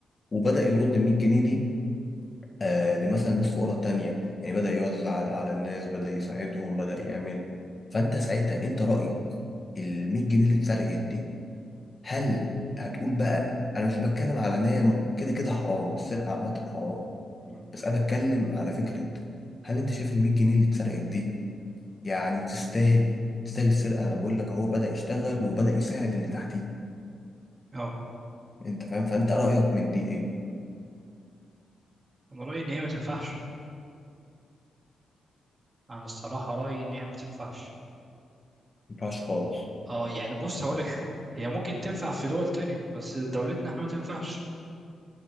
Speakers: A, on the left; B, on the right.
A: وبدأ يرد ال 100 جنيه دي آه لمثلا ناس فقراء تانية يعني بدأ يوزع على الناس بدأ يساعدهم بدأ يعمل فانت ساعتها انت رأيك ال 100 جنيه اللي اتسرقت دي هل هتقول بقى انا مش بتكلم على ان هي م- كده كده حرام السرقه عامه حرام
B: مم.
A: بس انا بتكلم على فكره هل انت شايف ال 100 جنيه اللي اتسرقت دي يعني تستاهل تستاهل السرقه انا بقول لك اهو بدا يشتغل وبدا يساعد اللي تحتيه
B: اه
A: انت فاهم فانت رايك من دي ايه ما
B: انا رايي ان هي ما تنفعش انا الصراحه رايي ان هي ما تنفعش
A: ينفعش خالص
B: اه يعني بص هقول لك حاجه هي ممكن تنفع في دول تانية بس دولتنا احنا ما تنفعش